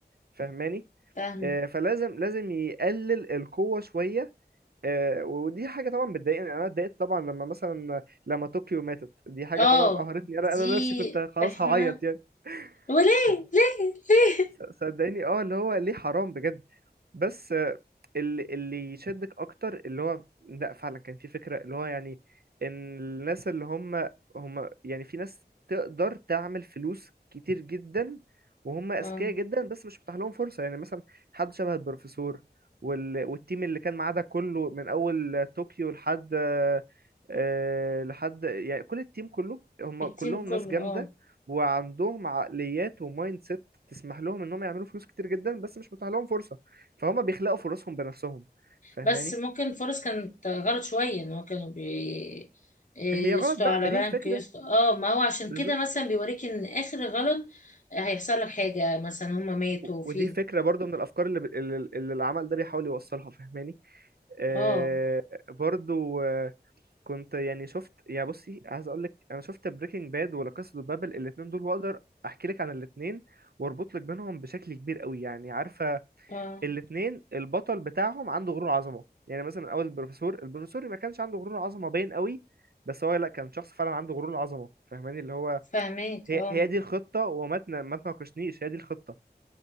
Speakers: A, on the right (about 65°); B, on the left (about 50°).
A: فاهماني
B: فاهمة
A: آه، فلازم لازم يقلل القوة شوية آه، ودي حاجة طبعا بتضايقني أنا اتضايقت طبعا لما مثلا لما طوكيو ماتت دي حاجة
B: اه
A: طبعا قهرتني أنا
B: دي
A: أنا نفسي كنت خلاص
B: احنا
A: هعيط يعني
B: وليه
A: ف-
B: ليه ليه
A: صدقني اه اللي هو ليه حرام بجد بس آه، اللي اللي يشدك اكتر اللي هو لا فعلا كان في فكرة اللي هو يعني ان الناس اللي هم هم يعني في ناس تقدر تعمل فلوس كتير جدا وهم اذكياء
B: اه
A: جدا بس مش متاح لهم فرصة يعني مثلا حد شبه البروفيسور وال... والتيم اللي كان معاه ده كله من اول طوكيو لحد آه، آه، لحد يعني كل التيم كله هم
B: التيم
A: كلهم
B: كله
A: ناس جامدة
B: اه
A: وعندهم عقليات ومايند سيت تسمح لهم انهم يعملوا فلوس كتير جدا بس مش متاح لهم فرصة فهم بيخلقوا فرصهم بنفسهم فاهماني
B: بس ممكن الفرص كانت غلط شوية ان هو كانوا بي
A: هي غلط
B: يسطوا
A: بقى
B: على
A: ما دي
B: بنك
A: الفكرة
B: يسطوا اه ما هو عشان
A: بالظبط
B: كده مثلا بيوريك ان اخر غلط هيحصل لك حاجة مثلا هما ماتوا
A: و-
B: في
A: ودي فكرة برضو من الأفكار اللي, ب- اللي, اللي العمل ده بيحاول يوصلها فاهماني آه
B: اه
A: برضو آه كنت يعني شفت يعني بصي عايز أقول لك أنا شفت بريكنج باد ولا قصة بابل الاتنين دول وأقدر أحكي لك عن الاتنين وأربط لك بينهم بشكل كبير قوي يعني عارفة
B: اه
A: الاتنين البطل بتاعهم عنده غرور عظمة يعني مثلا أول البروفيسور البروفيسور ما كانش عنده غرور عظمة باين قوي بس هو لا كان شخص فعلا عنده غرور عظمة فاهماني اللي هو
B: فاهمك
A: هي
B: اه
A: هي دي الخطة وما تنا- ما تناقشنيش هي دي الخطة